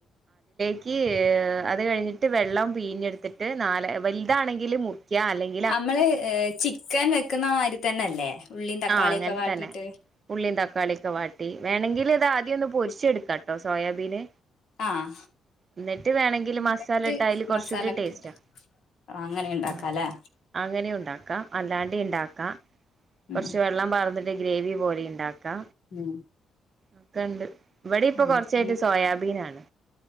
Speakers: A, on the right (about 40°); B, on the left (about 65°).
A: ക്ക് അത് കഴിഞ്ഞിട്ട് വെള്ളം പീഞ്ഞെട്ത്തിട്ട് നാല്, വൽതാണെങ്കില് മുറിക്ക്യാ അല്ലെങ്കി
B: അമ്മള് ഈഹ് ചിക്കൻ വെക്ക്ന്ന മായ്രി തന്നെയല്ലേ? ഉള്ളിയും തക്കാളിയൊക്കെ
A: ആഹ് അങ്ങനെ
B: വാട്ടീട്ട്.
A: തന്നെ ഉള്ളിയും തക്കാളിയൊക്കെ വാട്ടി. വേണെങ്കിൽ ഇതാദ്യം ഒന്ന് പൊരിച്ചെട്ക്കാട്ടോ സോയാബീന്.
B: ആഹ്.
A: എന്നിട്ട് വേണെങ്കിൽ
B: എന്നിട്ട്
A: മസാലട്ടാ അയ്ല് കൊർച്ചൂടി
B: മസാല ഒക്കെ
A: ടേസ്റ്റാ.
B: ഇട്ടിട്ട് അങ്ങനെ ഉണ്ടാക്കാല്ലേ
A: അഹ് അങ്ങനെയുണ്ടാക്കാ അല്ലാണ്ടേ ഇണ്ടാക്കാ. കൊർച്ച്
B: ഉം
A: വെള്ളം പാർന്നിട്ട് ഗ്രേവി പോലെ ഇണ്ടാക്കാ.
B: ഉം
A: ഒക്കണ്ട്. ഇവിടെ ഇപ്പൊ
B: അങ്ങനെ
A: കൊറച്ചായിട്ട് സോയാബീനാണ്.